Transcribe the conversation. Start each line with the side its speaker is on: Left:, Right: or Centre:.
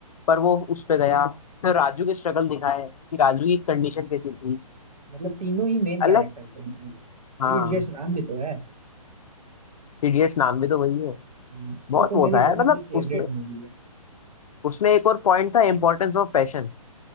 Left: पर वो उस पे गया फिर राजू के स्ट्रगल दिखाए कि राजू की कंडीशन कैसी थी
Right: मतलब तीनों ही मेन कैरेक्टर
Left: अलग
Right: थे मतलब थ्री
Left: हाँ
Right: इडियट्स नाम भी तो है
Left: इडियट्स नाम भी तो वही है
Right: हम्म, इसलिए
Left: बहुत
Right: तो
Left: वो
Right: मेरी
Left: था यार
Right: one
Left: मतलब
Right: of the favourite
Left: उसमें
Right: movie है
Left: उसमें एक और पॉइंट था इंपॉर्टेंस ऑफ पैशन